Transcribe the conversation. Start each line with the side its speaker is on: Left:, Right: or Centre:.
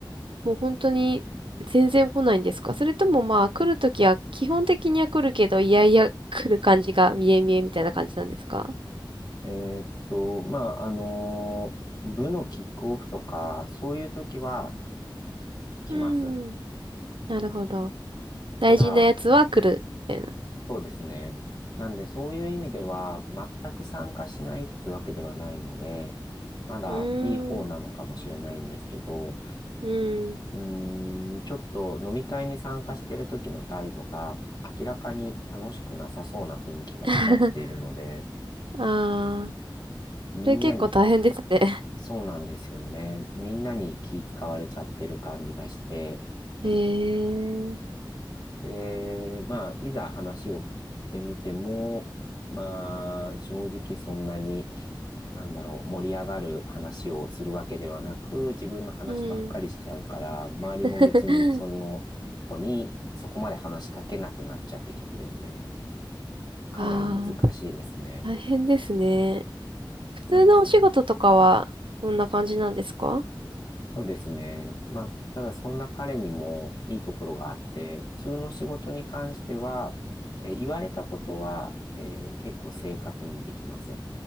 Right: もう本当に全然来ないんですかそれともまあ来るときは基本的には来るけど、いやいや来る感じが見え見えみたいな感じなんですか
Left: えーっと、まあ、あの部のキックオフとか、そういう時は来ます。
Right: うーん。なるほど。大事なやつは来るみたいな。
Left: ただ、そうですね。なんで、そういう意味では、全く参加しないってわけではないので、まだいい方なのかもしれないんですけど、
Right: うーん。うーん。
Left: うーん、ちょっと飲み会に参加してる時の態度が、明らかに楽しくなさそうな雰囲気が出ちゃっているので、
Right: <laughs> ああ、
Left: みんなに、
Right: それ結構大変ですね。
Left: そうなんですよね。みんなに気使われちゃってる感じがして、
Right: <laughs> へえ。
Left: で、まあ、いざ話を振ってみても、まあ、正直そんなに、なんだろう、盛り上がる話をするわけではなく、自分の話ばっかりしちゃうから、
Right: うん。
Left: 周りも別にその子にそこまで話しかけなくなっちゃってきてるんで、
Right: <laughs>
Left: かなり難しいですね。
Right: ああ、大変ですね。普通のお仕事とかはどんな感じなんですか
Left: そうですね。そうですね。まあ、ただそんな彼にもいいところがあって、普通の仕事に関しては、えー言われたことは、えー結構正確にできます。